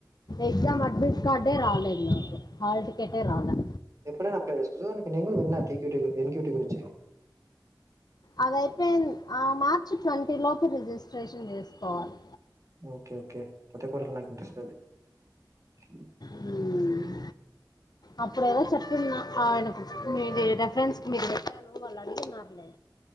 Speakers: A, on the left (about 60°); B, on the right (about 40°).
A: ఎగ్జామ్ అడ్మిట్ కార్డే రాలేదు. హాల్ టికెటే రాలే
B: ఎప్పుడైనా అప్లై చేసుకోవచ్చ? దానికి నేను కూడా విన్నా T Q T N Q T గురించి
A: అది అయిపోయిం ఆ మార్చి ట్వంటీ లోపు రిజిస్ట్రేషన్ చేసుకోవాలి.
B: ఓకే ఓకే పోతే పోని లే నాకు ఇంట్రెస్ట్ లేదు లే
A: హ్మ్ అప్పుడేదో చెప్పున్నా ఆయనకు మీది రెఫరెన్స్ కి <unintelligible> వాళ్ళు అడిగి స్తారు లే